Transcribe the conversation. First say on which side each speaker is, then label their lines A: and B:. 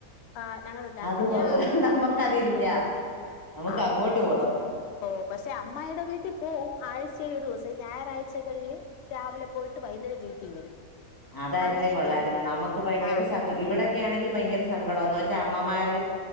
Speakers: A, on the left (about 65°); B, on the left (about 15°).
A: ആഞങ്ങള വീട്ടിലാണ്
B: അത്
A: പിന്നെ
B: കൊള്ളാം നമ്മക്കതില്ല നമുക്ക്
A: ആ
B: അങ്ങോട്ട് പോണം
A: ഉ ഓ പക്ഷെ അമ്മായുടെ വീട്ടിൽ പോവും ആഴ്ച ഴിവ് ദിവസം ഞായറാഴ്ചകളില് രാവിലെ പോയിട്ട് വൈന്നേരം വീട്ടിൽ വരും
B: അതായിരുന്നേ
A: അങ്ങനെയൊക്കെയാണ്
B: കൊള്ളായിരുന്നു
A: ഇവിടെ
B: നമുക്ക് ഭയങ്കര
A: ആ
B: സങ്ക ഇവിടെക്കെ ആണെങ്കിൽ ഭയങ്കര സങ്കടംന്ന് വച്ച അമ്മമാര്